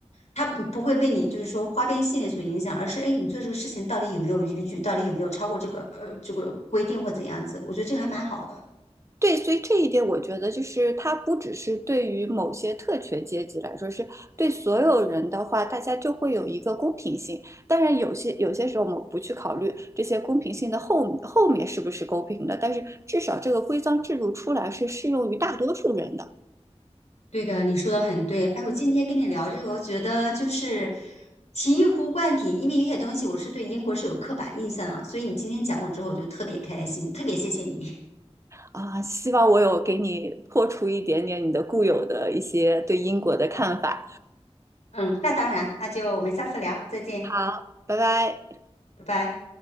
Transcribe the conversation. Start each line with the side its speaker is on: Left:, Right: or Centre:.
Left: 他不会被你就是说花边新闻所影响，而是哎，你做这个事情到底有没有逾矩，到底有没有超过这个呃这个规定或怎样子，我觉得这个还蛮好的。
Right: 对，所以这一点我觉得就是它不只是对于某些特权阶级来说，是对所有人的话，大家就会有一个公平性。当然，有些有些时候我们不去考虑这些公平性的后后面是不是公平的，但是至少这个规章制度出来是适用于大多数人的
Left: 对的，你说的很对。哎，我今天跟你聊这个，我觉得就是醍醐灌顶，因为有些东西我是对英国是有刻板印象了，所以你今天讲过之后，我就特别开心，特别谢谢你。<laughs>
Right: 啊。希望我有给你破除一点点你的固有的一些对英国的看法。
Left: 嗯，那当然，那就我们下次聊，再见，
Right: 好，拜拜。
Left: 拜拜。